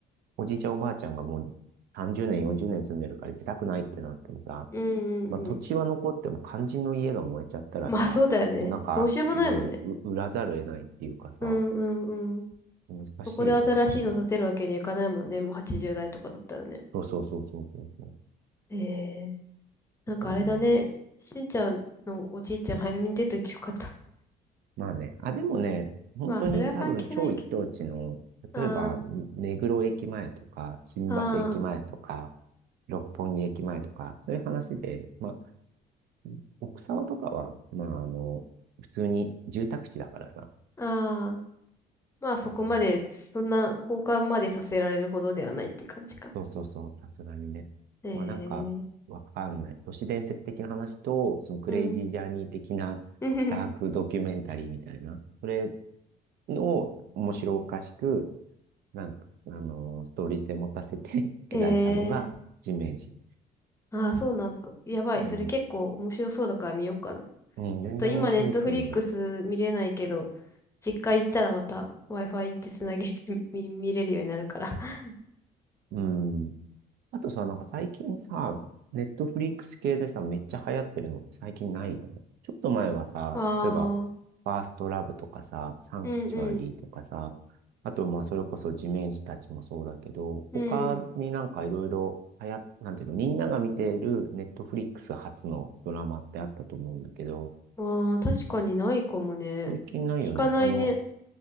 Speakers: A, on the right; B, on the left.
A: おじいちゃんおばあちゃんがもう30年、40年住んでるから出たくないってなってもさ、
B: うんうんうん。
A: まあ、土地は残っても肝心の家が燃えちゃったらさ、
B: まあそうだよね。
A: もうなんか、
B: どうしようもないもんね。
A: もう、う売らざるを得ないっていうかさ、
B: うんうんうん。
A: 難しいよね、
B: そこで新しいの建てるわけにはいかないもんね。
A: その辺。
B: もう80代とかだったらね。
A: そうそうそうそうそうそう。
B: へえなんかあれだね。
A: だからまあ、
B: しんちゃんのおじいちゃん早めに出といてよかったね。<laughs>
A: まあね、あ、でもね、本当に多分超一等地の、
B: まあ、それは関係ないけど。
A: 例えば、
B: あ
A: ん目黒駅前とか、新橋駅前とか、
B: あ、あ
A: 六本木駅前とか、そういう話で、まあ、奥沢とかは、まあ、あの、普通に住宅地だからさ。
B: あ、ああ。まあ、そこまで、
A: うん
B: そんな放火までさせられるほどではないっていう感じか。
A: そうそうそう、さすがにね。
B: ええ、
A: まあ、なんか、わかんない。都市伝説的な話と、そのクレイジージャーニー的なダークドキュメンタリーみたいな、
B: うん。<laughs>
A: それを面白おかしく、なんか、あの、ストーリー性持たせて <laughs>
B: え
A: 描いたのが地面師。
B: え、ああ、そうなんだ。やばい。
A: うん、
B: それ結構面白そうだから見ようかな。
A: うん、
B: ちょっと今、
A: 全然面白いと思う。
B: ネットフリックス見れないけど、実家行ったらまた Wi-Fi 行ってつなげて <laughs> み見れるようになるから。<laughs>
A: うん。あとさ、なんか最近さ、ネットフリックス系でさ、めっちゃ流行ってるのって最近ないよね。ちょっと前はさ、
B: あ
A: 例えば、
B: あ、うん
A: ファーストラブとかさ、サンクチュアリーとかさ、
B: うん、
A: あとまあそれこそ地面師たちもそうだけど、他になんかいろいろ流行っ、
B: うん。
A: なんていうの、みんなが見ているネットフリックス初のドラマってあったと思うんだけど、
B: ああ、確かにないかもね。
A: 最近ないよね。
B: 聞かないね。
A: あの、